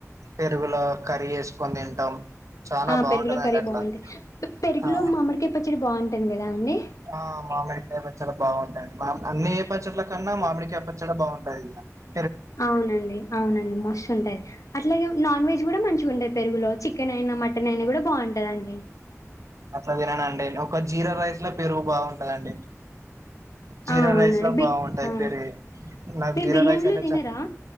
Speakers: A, on the right; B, on the left.
A: పెరుగులో కర్రీ ఏసుకొని దింటాం చానా
B: ఆ
A: బా
B: పెరుగులో
A: ఉంటదండి
B: కర్రీ
A: అట్లా
B: బాగుంటుంది పెరుగులో
A: ఆహ
B: మామిడికాయ పచ్చడి బాగుంటుంది కదా అండి
A: ఆ మామిడికై పచ్చడ బావుంటది మామ్ అన్నీ ఏ పచ్చడ్ల కన్నా మామిడికై పచ్చడ బాగుంటది ఇంక
B: అవునండి అవునండి మస్తు ఉంటది అట్లాగే నాన్ వెజ్ గుడా మంచిగా ఉంటుంది పెరుగులో చికెన్ అయినా మటన్ అయినా గుడా బాగుంటదండి
A: అట్లా తిననండి ఒక జీరా రైస్ లో పెరుగు బవుంటదండి జీరా
B: ఆ అవునండి
A: రైస్ లో
B: బి
A: బా ఉంటది
B: ఆ
A: పెరుగు నాకు
B: మీరు
A: జీరా
B: బిర్యానీలో
A: రైస్ అంటే
B: తినరా
A: చ